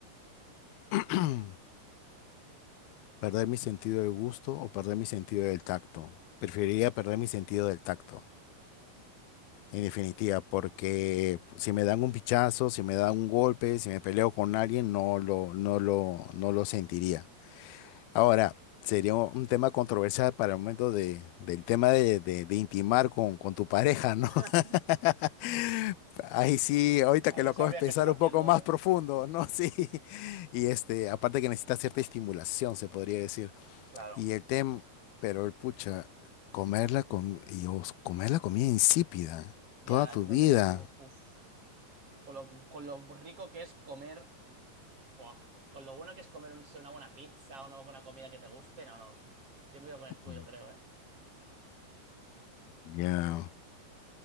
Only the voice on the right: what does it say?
<laughs>
Ahí
no
sabrías
qué estoy haciendo,
¿eh?
Claro.
Ya,
no
tener uf, uf. con lo, con lo rico que es comer, ¡buah! con lo bueno que es comer un- una buena pizza, una buena comida que te guste, no, no. Yo me voy con el tuyo,
creo, ¿eh?